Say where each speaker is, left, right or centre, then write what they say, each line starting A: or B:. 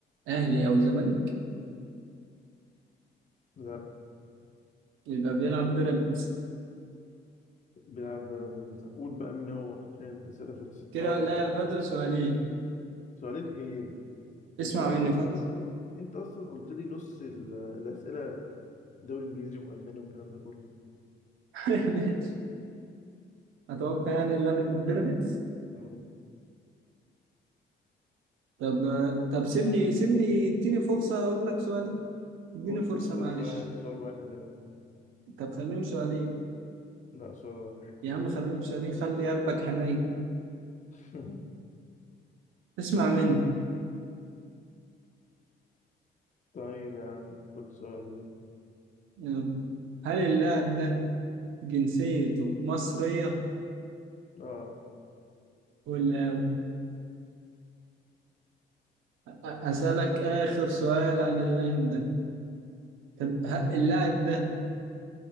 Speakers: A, on the right; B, on the left.
A: اهلي او زمالك
B: لا
A: يبقى بيلعب بيراميدز
B: بيلعب بيراميدز قول بقى مين هو عشان الأسئلة خلصت
A: كده
B: توقع
A: لا
B: بقى
A: فاضل سؤالين
B: سؤالين ايه
A: اسمع
B: انت قلت
A: مني فاضل
B: لي اصلا انت اصلا قلت لي نص ال- الاسئله دوري انجليزي والماني والكلام ده كله
A: <laughs> اتوقع يعني اللاعب اللي في بيراميدز
B: مم.
A: طب طب سيبني سيبني اديني فرصة اقول لك سؤالين اديني
B: قول
A: فرصة
B: قول سؤال
A: معلش
B: واحد سؤال واحد يلا
A: طب خليهم سؤالين
B: لا سؤال واحد
A: يا عم خليهم سؤالين خلي قلبك حنين
B: <laughs>
A: اسمع مني
B: طيب يا عم خد سؤالي
A: يلا. هل اللاعب ده جنسيته مصرية
B: اه
A: ولا أسألك آخر سؤال عن اللاعب ده طب ه- اللاعب ده